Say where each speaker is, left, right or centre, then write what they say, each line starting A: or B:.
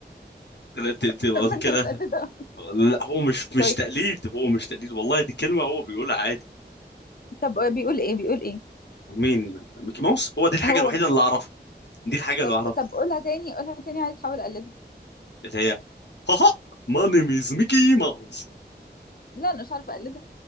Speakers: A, on the left; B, on the left.
A: لا، ت-
B: <laughs>
A: ت-
B: طب ما انت
A: كده
B: بتقلد اهو
A: لا هو مش مش
B: طيب
A: تقليد هو مش تقليد والله دي كلمه هو بيقولها عادي
B: طب بيقول ايه بيقول ايه
A: مين ميكي ماوس هو دي الحاجه
B: هو
A: الوحيده اللي اعرفها دي الحاجه
B: طب
A: اللي اعرفها
B: طب قولها تاني قولها تاني عايز احاول اقلدها
A: اللي هي هاها ماي نيم از ميكي ماوس
B: لا انا مش عارفه اقلدها